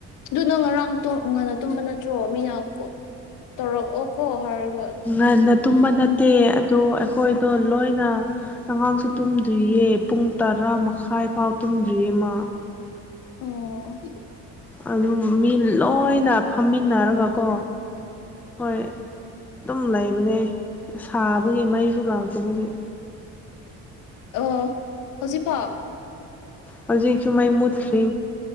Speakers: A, on the left; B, in the centre.
A: ꯑꯗꯨ ꯅꯪ ꯉꯔꯥꯡ ꯇꫭ ꯉꯟꯅ ꯇꯨꯝꯕ ꯅꯠꯇ꯭ꯔꯣ ꯃꯤꯅꯥ ꯀꯟ ꯇꯧꯔꯛꯑꯣ ꯀꯣ ꯍꯥꯏꯔꯒꯥ꯫
B: ꯉꯟꯅꯥ ꯇꯨꯝꯕ ꯅꯠꯇꯦ ꯑꯗꫭ ꯑꯩꯈꯣꯏꯗꯣ ꯂꯣꯏꯅꯥ꯫ ꯑꯉꯥꯡꯁꯨ ꯇꯨꯝꯗ꯭ꯔꯤꯌꯦ ꯄꯨꯡ ꯇꯔꯥ ꯃꯈꯥꯏ ꯐꯥꯎꯕꯥ ꯇꯨꯝꯗ꯭ꯔꯤꯌꯦ ꯃꯥ꯫
A: ꯑꯣꯑꫭ
B: ꯑꯗꯨꯝꯅ ꯃꯤ ꯂꯣꯏꯅꯅ ꯐꯝꯃꯤꯟꯅꯔꯒꯥ ꯀꯣ ꯍꯣꯏ ꯑꯗꯨꯝꯅ ꯂꯩꯕꯅꯦ ꯁꯥꯕꯒꯤ ꯃꯩꯁꯨ ꯂꯥꯛꯇꯕꯒꯤ꯫
A: ꯑꯣꯑꫭ ꯍꯧꯖꯤꯛꯐꯥꯥꯎ꯫
B: ꯍꯧꯖꯤꯛꯁꯨ ꯃꯩ ꯃꯨꯠꯈ꯭ꯔꯦ